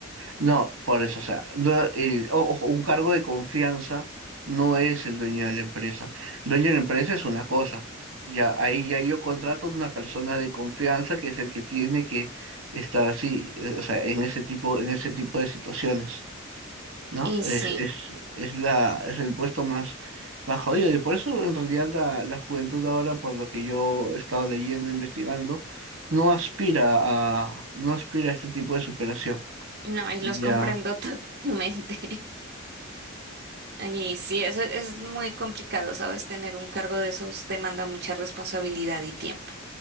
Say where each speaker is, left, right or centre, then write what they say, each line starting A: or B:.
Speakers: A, on the right; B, on the right.
A: no, por eso, o sea, no, el- o- ojo, un cargo de confianza no es el dueño de la empresa. Dueño de la empresa es una cosa. Ya, ahí ya yo contrato una persona de confianza que es el que tiene que estar así, eh, o sea, en ese tipo, en ese tipo de situaciones. ¿no?
B: Y
A: Es,
B: sí,
A: es, es la, es el puesto más, más jodido. Y por eso, en realidad, la, la juventud ahora, por lo que yo he estado leyendo, investigando, no aspira a, no aspira a este tipo de superación.
B: no, y los
A: Ya,
B: comprendo <laughs> totalmente. Y sí, eso es muy complicado, ¿sabes? Tener un cargo de esos demanda mucha responsabilidad y tiempo.